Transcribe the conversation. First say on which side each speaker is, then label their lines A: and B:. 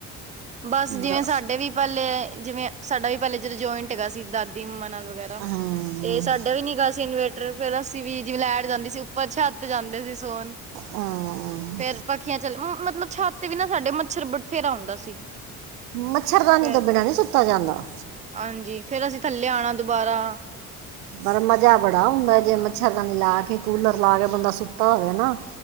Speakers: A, on the right; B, on the right.
A: ਬਸ ਜਿਵੇਂ
B: ਰ-
A: ਸਾਡੇ ਵੀ ਪਹਿਲੇ ਜਿਵੇਂ ਸਾਡਾ ਵੀ ਪਹਿਲੇ ਜਦੋਂ ਜੁਆਇੰਟ ਹੈਗਾ ਸੀ ਦਾਦੀ ਮੰਮਾ ਨਾਲ ਵਗੈਰਾ
B: ਹਮ,
A: ਤੇ ਸਾਡਾ ਵੀ ਨੀ ਗਾ ਸੀ ਇਨਵੇਰਟਰ, ਫਿਰ ਅਸੀਂ ਵੀ ਜਿਵੇਂ ਲੈਟ ਜਾਂਦੀ ਸੀ। ਉੱਪਰ ਛੱਤ ਜਾਂਦੇ ਸੀ ਸੋਣ,
B: ਹਮ,
A: ਫੇਰ ਪੱਖੀਆਂ ਚਲੇ ਮਤਲਬ ਛੱਤ ਤੇ ਵੀ ਨਾ ਸਾਡੇ ਮੱਛਰ ਬਤੇਰਾ ਹੁੰਦਾ ਸੀ।
B: ਮੱਛਰਦਾਨੀ
A: ਫੇਰ
B: ਤੋਂ ਬਿਨਾਂ ਨਹੀਂ ਸੁੱਤਾ ਜਾਂਦਾ।
A: ਹਾਂਜੀ, ਫੇਰ ਅਸੀਂ ਥੱਲੇ ਆਣਾ ਦੁਬਾਰਾ
B: ਪਰ ਮਜ਼ਾ ਬੜਾ ਆਉੰਦਾ, ਜੇ ਮੱਛਰਦਾਨੀ ਲਾ ਕੇ, ਕੂਲਰ ਲਾ ਕੇ ਬੰਦਾ ਸੁੱਤਾ ਹੋਵੇ ਨਾ।